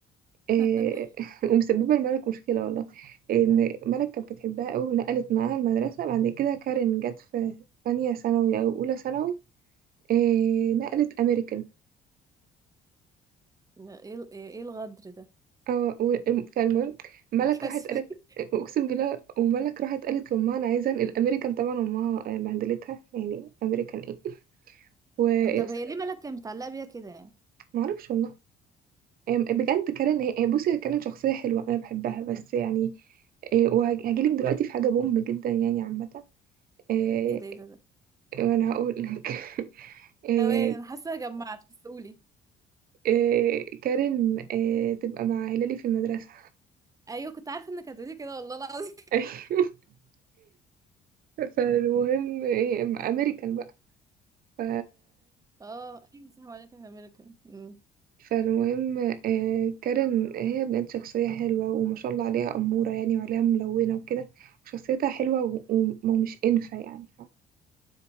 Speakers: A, on the right (about 60°); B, on the right (about 20°).
A: إيه...
B: <laughs>
A: <laughs> ومسببه لملك مشكله والله ان ملك كانت بتحبها قوي ونقلت معاها المدرسه بعد كده كارين جت في ثانيه ثانوي او اولى ثانوي إيه... نقلت امريكان
B: ايه ال- ايه إيه الغدر ده
A: اه و- فالمهم ملك
B: <laughs> الكسفة
A: راحت قالت
B: دي
A: اقسم بالله وملك راحت قالت لامها انا عايزه انقل امريكان طبعا امها آه، بهدلتها يعني امريكان ايه ويا
B: طب
A: س-
B: هي ليه مالك كانت متعلقه بيها كده يعني
A: ما اعرفش والله هي بجد كارين هي هي بصي هي كارين شخصيه حلوه انا بحبها بس يعني إيه، وهجيلك دلوقتي في حاجه بوم جدا يعني عامه إيه،
B: ايه ده ايه ده ده
A: وانا هقول لك <laughs> إيه،
B: ثواني انا حاسه جمعت بس قولي
A: إيه، كارين إيه، تبقى مع هلالي في المدرسه
B: ايوه كنت عارفه انك هتقولي كده والله العظيم
A: <laughs> فالمهم إيه، امريكان بقى ف
B: <laughs> اه ايوه صح ولكن امريكان أمم.
A: فالمهم آه، كارين هي بنت شخصية حلوة وما شاء الله عليها أمورة يعني وعليها ملونة وكده وشخصيتها حلوة و- و- ومش إنفة يعني